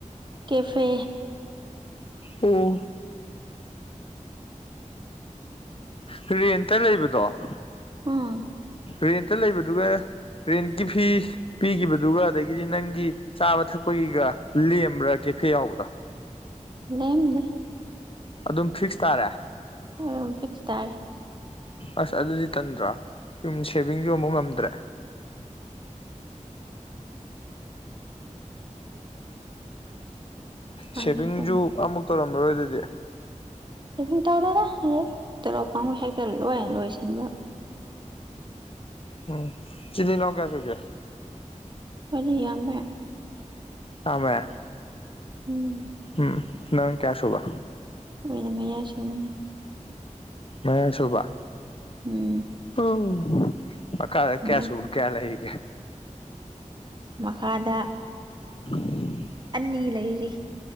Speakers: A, on the right; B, on the left.
A: ꯀꯦꯐꯦ
B: ꯑꯣ ꯔꯦꯟꯇ ꯂꯩꯕꯗꯣ
A: ꯎꯝ
B: ꯔꯦꯟꯇ ꯂꯩꯕꯗꯨꯒ ꯔꯦꯟꯀꯤ ꯐꯤ ꯄꯤꯒꯤꯕꯗꯨꯒ ꯑꯗꯒꯤꯗꯤ ꯅꯪꯒꯤ ꯆꯥꯕ ꯊꯛꯄꯒꯤꯒ ꯂꯦꯝꯕ꯭ꯔꯥ ꯀꯦꯐꯦ ꯌꯥꯎꯕꯗꯣ
A: ꯂꯦꯝꯗꯦ
B: ꯑꯗꯨꯝ ꯐꯤꯛꯁ ꯇꯥꯔꯦ
A: ꯑꯣꯏꯔꯣꯝ ꯐꯤꯛꯁ ꯇꯥꯔꯦ
B: ꯑꯁ ꯑꯗꯨꯗꯤ ꯇꯟꯗ꯭ꯔꯥ ꯌꯨꯝ ꯁꯦꯚꯤꯡꯖꯨ ꯑꯝꯕꯛ ꯉꯝꯗ꯭ꯔꯦ
A: ꯐꯪꯗꯦ
B: ꯁꯦꯚꯤꯡꯖꯨ
A: ꯑꯗꯨꯝ
B: ꯑꯝꯕꯛ ꯇꯧꯔꯝꯃꯔꯣꯏ ꯑꯗꯨꯗꯤ
A: ꯁꯦꯚꯤꯡ ꯇꯧꯔꯦꯗ ꯍꯦꯛ ꯇꯣꯂꯣꯞ ꯐꯪꯕ ꯍꯦꯛꯇ ꯂꯣꯏꯅ ꯂꯣꯏꯁꯤꯟꯕ
B: ꯎꯝ ꯏꯆꯤꯜ ꯏꯅꯥꯎ ꯀꯌꯥ ꯁꯨꯒꯦ
A: ꯑꯅꯤ ꯌꯥꯝꯃꯦ
B: ꯑꯥꯃꯦ
A: ꯎꯝ
B: ꯎꯝ ꯅꯪ ꯀꯌꯥꯁꯨꯕ
A: ꯑꯩꯅ ꯃꯌꯥꯏ ꯁꯨꯕꯅꯦ
B: ꯃꯌꯥꯏ ꯁꯨꯕ
A: ꯎꯝ
B: ꯑꯧ ꯃꯈꯥꯗ ꯀꯌꯥ
A: ꯃꯩ
B: ꯁꯨꯕ ꯀꯌꯥ ꯂꯩꯔꯤꯒꯦ
A: ꯃꯈꯥꯗ
B: <unintelligible>
A: ꯑꯅꯤ ꯂꯩꯔꯤ